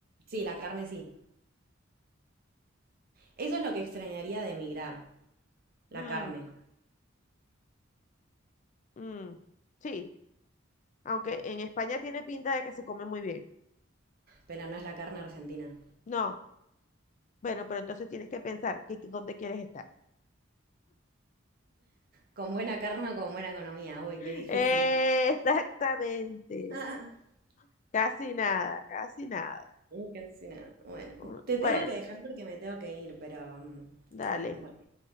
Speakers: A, on the right; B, on the left.
A: Sí, la carne sí. Eso es lo que extrañaría de emigrar, la
B: Mm,
A: carne.
B: mm, sí, aunque en España tiene pinta de que se come muy bien.
A: Pero no es la carne argentina.
B: No, Bueno, pero entonces tienes que pensar que, que- dónde quieres estar.
A: Con buena carne o con buena economía. Uy,
B: <gasps>
A: qué difícil.
B: Eh, exactamente.
A: <laughs>
B: Casi nada, casi nada.
A: Casi nada. Bueno,
B: Mm,
A: te
B: Bueno,
A: tengo que dejar porque me tengo que ir, pero mm,
B: dale,
A: bueno,